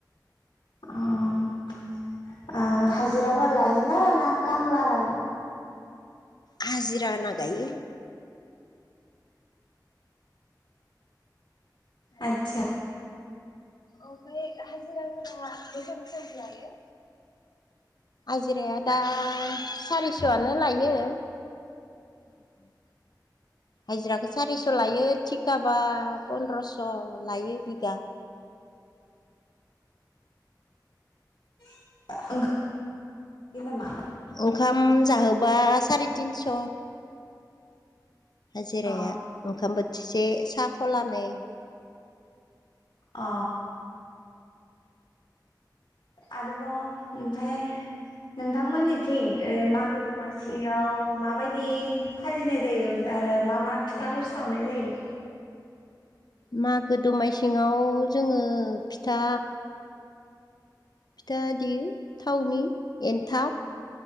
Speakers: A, on the left; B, on the left.
A: अ ओ हाजिराफोर लायो ना ना खामला लायो?
B: हाजिरा होना गायो। आतसा
A: आदसा
B: ओमफ्राय हाजिराफोरा बेसेबां बेसेबां लायो? हाजिराया दा सारिस'आनो लायो उम उम हाजिराखौ सारिस' लायो थिखाबा पन्द्रस' लायो बिगा
A: <unintelligible> ओंखारो नामा
B: ओंखाम जाहोबा सारि तिनस' हाजिराया
A: अ
B: ओंखाम बोथिसे सा ख'लानै
A: अ आरोबाव ओमफ्राय नोंथांमोननिथिं ओइ मागो दमासियाव माबायदि फालिनाय जायो? आरो मा मा फिथाफोर सावनाय जायो?
B: मागो दमा सिङाव जोङो फिथा फिथा देयो थावनि एनथाब